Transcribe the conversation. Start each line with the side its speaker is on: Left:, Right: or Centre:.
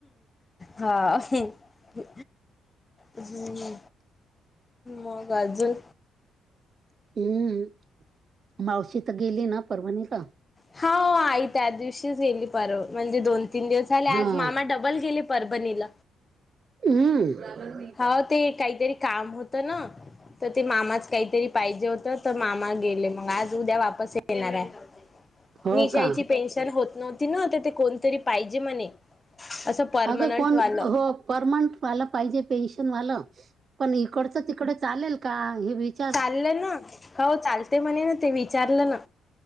Left: हा हम्म हम्म मंग अजून
Right: हम्म मावशी तर गेली ना परभणील.
Left: हाव आई त्या दिवशीच गेली पर म्हणजे दोन तीन दिवस झाले
Right: हा
Left: आज मामा डबल गेले परभणील.
Right: हम्म
Left: हाव ते काहीतरी काम होतं न त ते मामाच काहीतरी पाहिजे होत त मामा गेले मग आज उद्या वापस येणार आहे.
Right: हो
Left: निशा
Right: का
Left: आईची पेन्शन होत नव्हती न ते कोणतरी पाहिजे म्हणे. असं परमनंट
Right: अगं कोण
Left: वालं
Right: हो परमट वाल पाहिजे पेन्शन वालं पण इकडच तिकड चालेल का? हे विच
Left: चालं न हो चालते म्हणे न ते विचारलं ना.